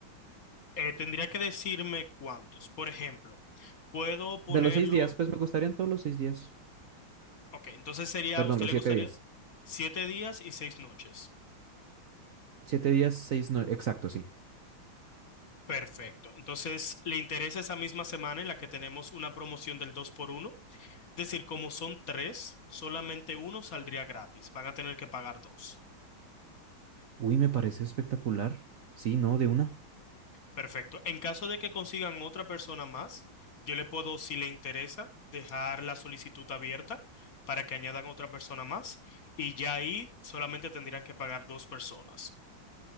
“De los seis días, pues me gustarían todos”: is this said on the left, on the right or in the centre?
Right